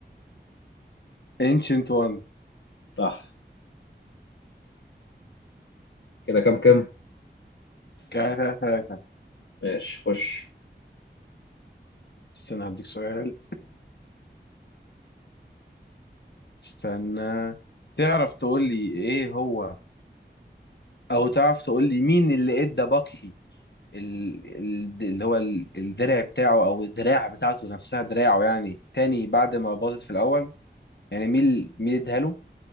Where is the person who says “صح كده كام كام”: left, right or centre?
Left